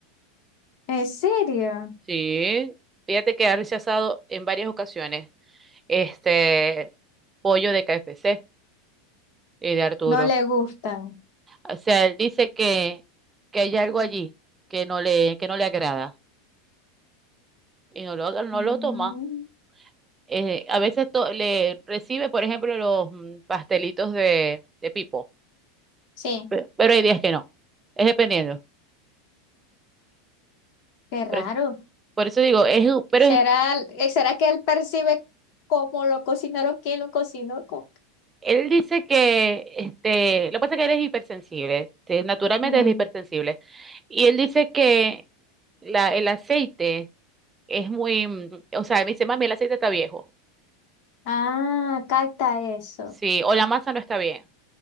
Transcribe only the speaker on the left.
¿En serio?
No le gustan.
Mm,
Sí.
qué raro.
¿Será,
eh, será que él percibe cómo lo cocinaron, quién lo cocinó? ¿Cómo?
Ujú.
Ah, capta eso.